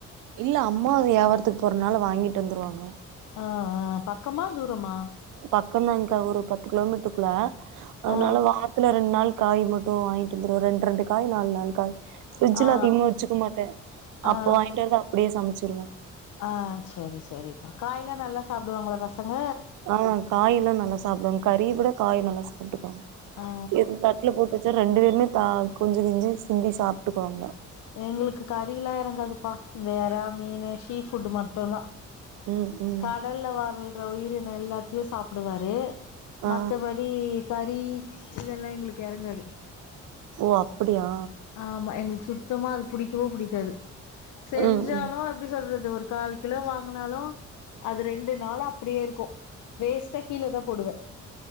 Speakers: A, on the right; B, on the left.
A: இல்ல அம்மாது வியாபாரத்துக்கு போறனால வாங்கிட்டு வந்துருவாங்க
B: அ அ பக்கமா தூரமா
A: பக்கந்தாங்க்கா ஒரு பத்து கிலோமீட்ருக்குள அதுனால
B: ஆ
A: வா ரத்ல ரெண்டு நாள் காய் மட்டு வாங்கிட்டு வந்துருவோ ரெண்டு ரெண்டு காய் நாலு நால் காய் ஃப்ரிட்ஜ்ல
B: ஆ
A: அதிகமா வச்சுக்க மாட்டே
B: ஆ ஆ
A: அப்ப வாங்கிட்டு வந்து அப்டியே சமச்சிருவோ
B: ஆ செரி செரிப்பா காய்ல்லா நல்லா சாப்டுவாங்களா பசங்க
A: ஆ காய் எல்லாம் நல்லா சாப்டுவாங்க கறிய விட காய் நல்லா சாப்ட்டுப்பாங்க
B: ஆ
A: தட்ல போட்டு வச்சா ரெண்டு பேருமே தா கொஞ்சி கிஞ்சி சிந்தி சாப்ட்டுக்குவாங்க
B: எங்களுக்கு கறில்லா எறங்காதுப்பா இந்த எறா மீனு ஷீ ஃபுட்டு மட்டுந் தா
A: ம் ம்
B: கடல்ல வரல்ற உயிரினொ எல்லாத்தையு சாப்டுவாரு
A: ஆ
B: மத்த படி படி கறி இதெல்லா எங்களுக்கு எறங்காது
A: ஓ அப்புடியா
B: ஆமா எங்களுக்கு சுத்தமா அது புடிக்கவு புடிக்காது செஞ்சாலு
A: ம் ம்
B: எப்படி சொல்றது ஒரு கால் கிலோ வாங்குனாலு அது ரெண்டு நாளா அப்டியே இருக்கு வேஸ்ட்டா கீழ தா போடுவே